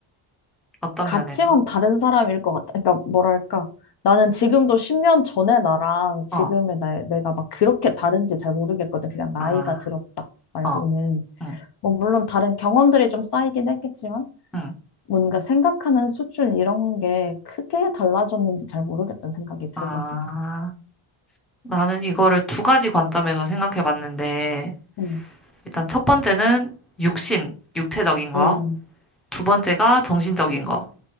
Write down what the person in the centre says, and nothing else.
어떤
면에서?
어,
아,
어, 응,
응.
아, 나는 이거를 두 가지 관점에서 생각해 봤는데,
일단 첫 번째는 육신, 육체적인 거.
두 번째가 정신적인 거.